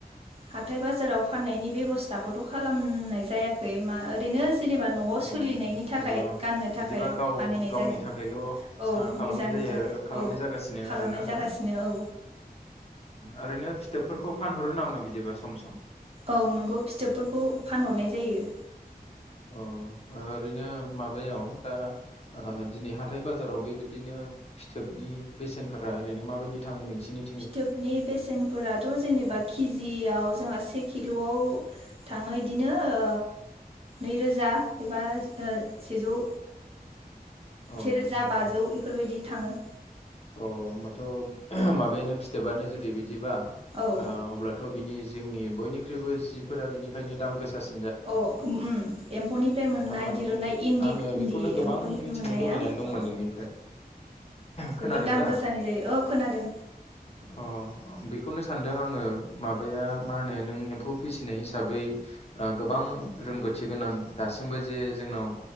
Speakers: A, on the right; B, on the left.
A: हाथाय बाजाराव फाननायनि बेब'स्थाखौथ' खालामनाय जायाखै मा ओरैनो जेनेबा न'आव
B: अ
A: सोलिनायनि थाखाय
B: अब्ला
A: गाननो थाखाय
B: बिदिबा गाव
A: बानायनाय
B: गावनि
A: जादों
B: थाखायल'
A: औ
B: सा खालामनाय
A: निजानि
B: जायो
A: थाखाय
B: खालामनाय
A: औ
B: जागासिनो
A: खालामनाय
B: आरोना
A: जागासिनो
B: दा
A: औ
B: ओरैनो फिथोबफोरखौ फान हरो नामा? बिदिबा सम सम
A: औ नोंगौ फिथोबफोरखौ फानहरनाय जायो जायो
B: अ ओरैनो माबायाव दा दिनै हाथाय बाजाराव बेबायदिनो फिथोबनि बेसेनफोरा ओरैनो माबायदि थाङो नोंसिनि
A: फिथोबनि बेसेनफोराथ' जेनेबा खिजि जियाव जोंहा से किल'आव थाङो इदिनो ओ नैरोजा एबा सेजौ
B: अ
A: सेेरोजा
B: होम
A: बाजौ
B: होम
A: बेफोरबायदि थाङो
B: अ होमबाथ' ओ माबायानो फिथोबानो जुदि बिदि बिदिबा
A: औ
B: ओ अब्लाथ' बिनि जोंनि बयनिख्रुइबो जिफोरा बिनिखायनो दाम गोसासि
A: औ ओम एम्फौनिफ्राय मोननाय
B: थारमाने
A: दिरुन्नाय इन्दि
B: आङो
A: इन्दि
B: बेखौनो गोबां
A: एम्फौनिफ्राय
B: मिथिनो
A: मोननाया
B: लुबैनानै दंमोन
A: औ
B: नोंनिफ्राय खोनादों
A: जोबोद दाम
B: दा
A: गोसानि जायो औ खोनादों
B: अ आं बेखौनो सानदों आं ओ माबाया मा होनो नों एम्फौ फिसिनाय हिसाबै ओ गोबां रोंगौथि गोनां दासिमबो जे जोंनाव